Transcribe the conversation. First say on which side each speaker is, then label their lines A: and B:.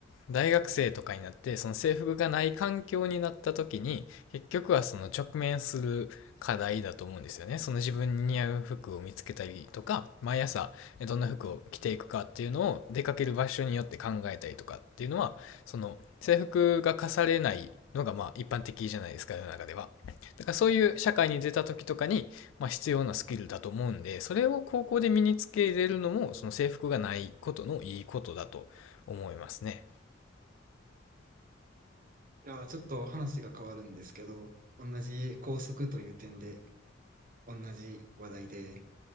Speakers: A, on the left (about 85°); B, on the right (about 45°).
A: 大学生とかになって、その制服がない環境になった時に、結局はその直面する課題だと思うんですよね。その自分に似合う服を見つけたりとか、毎朝どんな服を着ていくかっていうのを出かける場所によって考えたりとかっていうのは、その制服が課されないのがまあ一般的じゃないですか、世の中では。だからそういう社会に出た時とかに、まあ、必要なスキルだと思うんで、それを高校で身につけれるのも、その制服がないことのいいことだと思いますね。
B: いやー、ちょっと話が変わるんですけど、同じ校則という点で、同じ話題で、